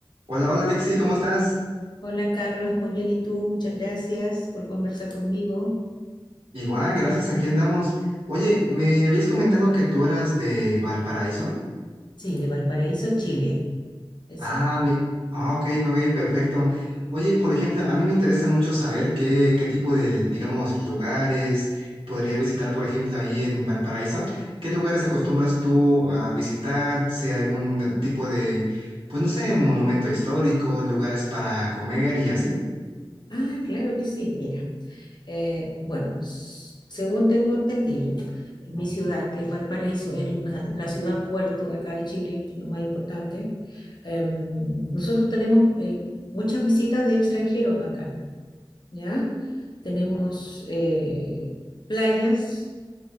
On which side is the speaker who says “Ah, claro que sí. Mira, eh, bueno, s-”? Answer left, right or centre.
Left